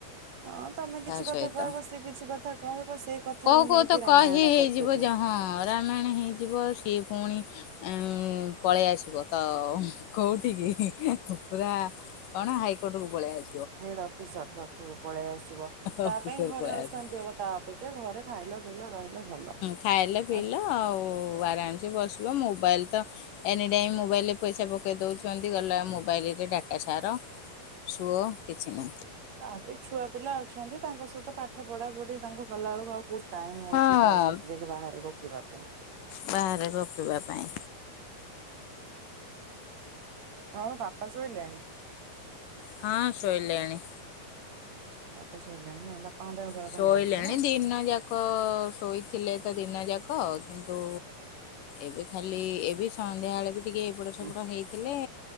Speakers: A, on the right; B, on the left.
A: ହଁ ତମେ କିଛି
B: କାହା
A: କଥା
B: ସହିତ
A: କହିବ ସେ କିଛି କଥା କହିବ ସେଇ କଥାକୁ
B: କହୁ କହୁ
A: ନେଇକି
B: ତ କହି
A: ରାମାୟଣ
B: ହେଇଯିବ
A: କରିଦେବେ
B: ଯେ ହଁ ରାମାୟଣ ହେଇଯିବ ସିଏ ପୁଣି ଉ ପଳେଇ ଆସିବ ତ କୋଉଠକି ପୁରା କଣ ହାଇକୋର୍ଟ କୁ ପଳେଇଆଛି
A: ହେଡ ଅଫିସର। ପଳେଇ ଆସିବ ତା
B: ଅଫିସରୁ
A: ପାଇଁ ଘରେ
B: ପଳେଇ
A: ଅଶାନ୍ତି
B: ଆସିବ
A: ହବ ତା ଅପେକ୍ଷା ଘରେ ଖାଇଲ ପିଲ ରହିଲ ଭଲ
B: ଖାଇଲେ
A: ବାସ।
B: ପିଇଲ ଆଉ ଆରାମସେ ବସିବ ମୋବାଇଲ ତ ଏନି ଟାଇମ ମୋବାଇଲ ରେ ପଇସା ପକେଇ ଦଉଛନ୍ତି ଗଲା ମୋବାଇଲ ରେ ଡାଟା ସାର। ସୁଅ କିଛି ନାହିଁ
A: ତାପରେ ଛୁଆ ପିଲା ଅଛନ୍ତି ତାଙ୍କ ସହିତ ପାଠ ପଢା ପଢି ତାଙ୍କୁ ଗଲା ବେଳକୁ ଆଉ କୋଉ ଟାଇମ ହଉଚି,
B: ହଁ
A: କାହା ସଇତ ଯାଇକି ବାହାରେ ଗପିବା ପାଇଁ
B: ବାହାରେ ଗପିବା ପାଇଁ
A: ହଁ ବାପା ସୋଇଲେଣି?
B: ହଁ ଶୋଇଲେଣି।
A: ବାପା ଶୋଇଲେଣି ନା? ବାପାଙ୍କ ଦେହ
B: ଶୋଇଲେଣି
A: ଭଲ ଅଛି ନା?
B: ଦିନ ଯାକ ଶୋଇଥିଲେ ତ ଦିନ ଯାକ। ଅ କିନ୍ତୁ ଏବେ ଖାଲି ଏବେ ସନ୍ଧ୍ୟା ବଳେ ବି ଟିକେ ଏପଟ ସେପଡ
A: ହୁଁ
B: ହେଇଥିଲେ